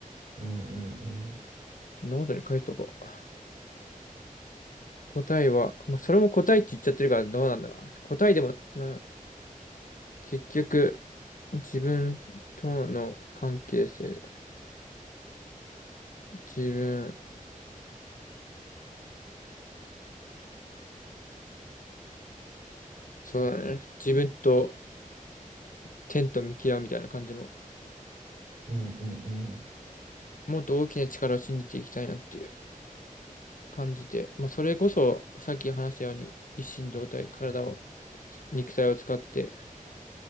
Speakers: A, on the right (about 75°); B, on the left (about 70°).
A: うん、うん、うん、
B: ノートに書いとこう。答えは、まあ、それも答えって言っちゃってるからどうなんだろう。答えでもな結局、自分との関係性、自分、そうだね。自分と天と向き合うみたいな感じも、
A: うん、うん、うん、
B: もっと大きな力を信じていきたいなっていう感じで、まあ、それこそ、さっき話したように、一心同体、体を、肉体を使って、